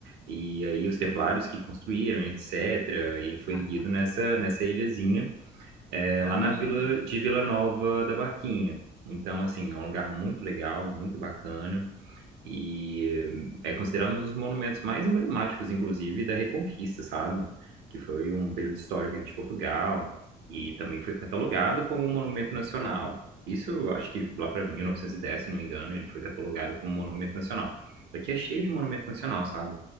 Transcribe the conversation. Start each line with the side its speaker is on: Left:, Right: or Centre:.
Right: E aí os templários que construíram, etc., e ele foi
Left: Cara,
Right: erguido nessa, nessa ilhazinha, é,
Left: é
Right: lá
Left: uma
Right: na vila
Left: ilha.
Right: de Vila Nova da Barquinha. Então, assim, é um lugar muito legal, muito bacana. E eh, é considerado um dos monumentos mais emblemáticos, inclusive, da Reconquista, sabe? Que foi um período histórico aqui de Portugal e também foi catalogado como um monumento nacional. Isso, eu acho que lá para 1910, se não me engano, ele foi catalogado como monumento nacional. Aqui é cheio de monumento nacional, sabe?